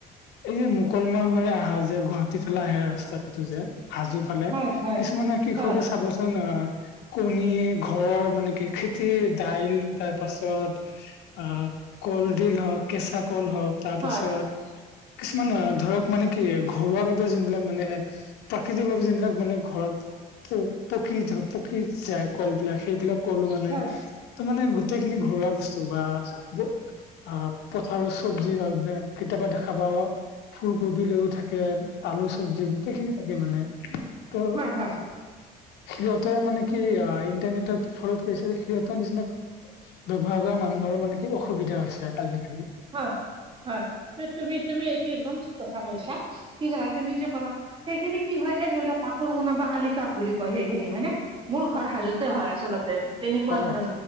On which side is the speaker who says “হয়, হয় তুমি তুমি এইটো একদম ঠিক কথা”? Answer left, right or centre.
Right